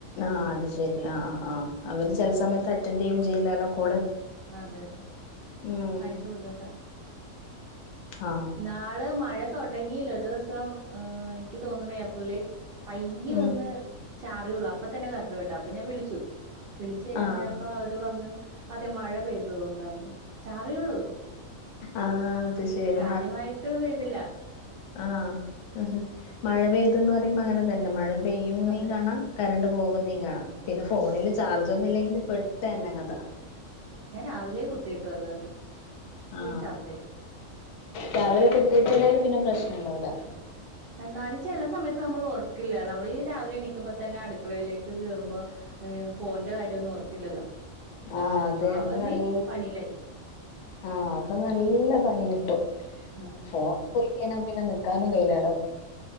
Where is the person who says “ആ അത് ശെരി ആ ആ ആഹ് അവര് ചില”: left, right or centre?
Left